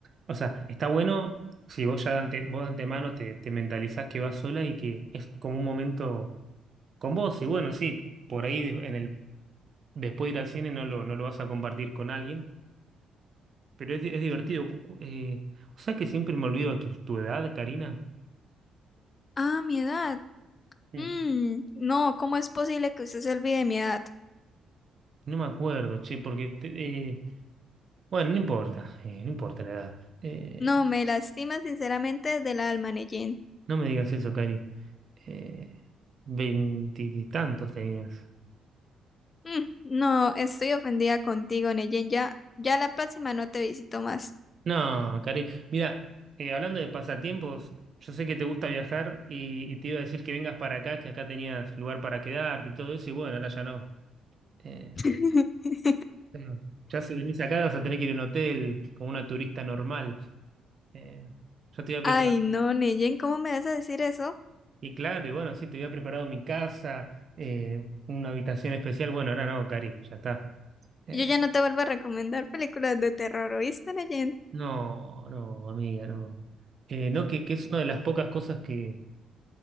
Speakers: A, on the right; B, on the left.
A: o sea, está bueno si vos ya de, ante- vos de antemano te, te mentalizás que vas sola y que es como un momento con vos. Y bueno, sí, por ahí de- en el, después de ir al cine no lo, no lo vas a compartir con alguien, pero es, di- es divertido. Cu- cu- Eh, o sea que siempre me olvido de tu, tu edad, Karina.
B: Ah, mi edad.
A: Mm,
B: Mm, no, ¿cómo es posible que usted se olvide de mi edad?
A: No me acuerdo, che, porque Bueno, no importa, eh, no importa la edad. Eh,
B: No, me lastima sinceramente del alma, Neyen.
A: no me digas eso, Cari. Eh, Veintitantos tenías.
B: Mm, no, estoy ofendida contigo, Neyen. Ya, ya la próxima no te visito más.
A: No, Cari. Mira, eh, hablando de pasatiempos, yo sé que te gusta viajar y, y te iba a decir que vengas para acá, que acá tenías lugar para quedarte y todo eso, y bueno, ahora ya no. Eh,
B: <laughs>
A: claro, ya si venís acá vas a tener que ir a un hotel como una turista normal. Eh, yo te iba a preparar.
B: Ay, no, Neyen, ¿cómo me vas a decir eso?
A: Y claro, y bueno, sí, te había preparado mi casa, eh, una habitación especial. Bueno, ahora no, Cari, ya está. Eh,
B: Yo ya no te vuelvo a recomendar películas de terror, ¿oíste, Neyen?
A: no, no, amiga, no. Eh, no, que, que es una de las pocas cosas que.